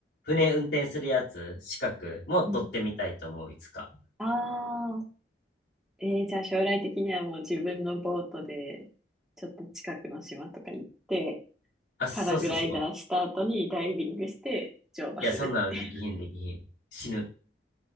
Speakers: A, on the left; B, in the centre.
A: 船運転するやつ、資格も取ってみたいと思う、
B: うん。
A: いつか。
B: ああ、えー、じゃあ将来的にはもう自分のボートで、ちょっと近くの島とか行って、
A: あ、そうそうそう。
B: パラグライダーした後にダイビングして乗馬するって。
A: いや、そんなのできひん、できひん。死ぬ。